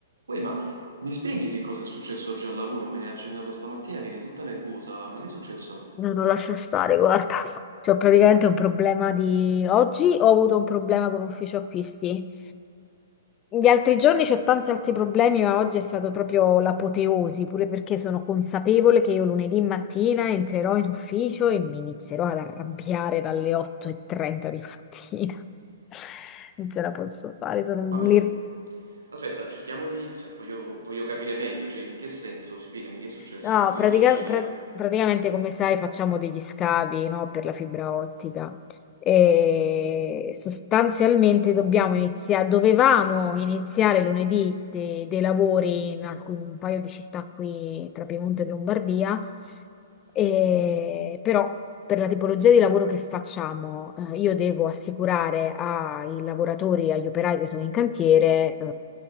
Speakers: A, on the right; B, on the left.
A: Uè, ma mi spieghi che cosa è successo oggi al lavoro? Me ne hai accennato stamattina che eri tutta nervosa. Ma che è successo?
B: No, non lascia stare, guarda. <laughs> C'ho praticamente un problema di... Oggi ho avuto un problema con ufficio acquisti. Gli altri giorni c'ho tanti altri problemi, ma oggi è stato proprio l'apoteosi, pure perché sono consapevole che io lunedì mattina entrerò in ufficio e mi inizierò ad arrabbiare dalle 8.30 di mattina. <laughs> Non ce la posso fare, sono
A: Ma perché?
B: lì.
A: Aspetta, cerchiamo di... cioè, voglio, voglio capire meglio, cioè, in che senso? Spiegami che è successo,
B: No,
A: più
B: pratica-
A: specifica.
B: pra- praticamente come sai facciamo degli scavi, no, per la fibra ottica e sostanzialmente dobbiamo iniziare, dovevamo iniziare lunedì de- dei lavori in alcun- un paio di città qui tra Piemonte e Lombardia, e- però per la tipologia di lavoro che facciamo, eh, io devo assicurare ai lavoratori, agli operai che sono in cantiere, eh,